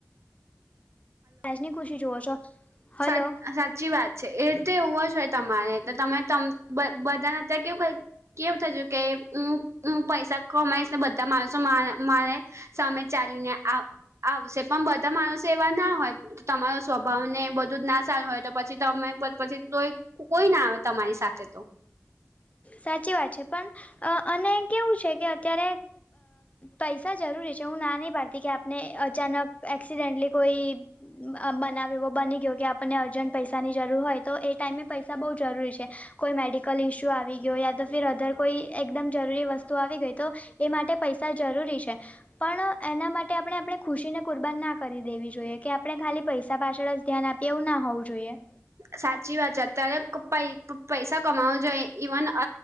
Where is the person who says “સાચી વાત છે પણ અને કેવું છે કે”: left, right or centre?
Left